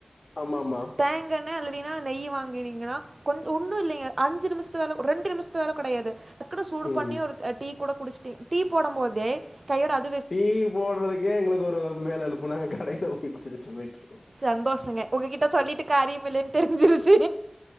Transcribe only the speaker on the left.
ஆமா ஆமா
ம்
டீ போடுதுக்கே எங்களுக்கு ஒரு மேல் அழுப்பு நாங்க கடைல போய் குடிச்சிட்டு போயிட்டு இருக்கோ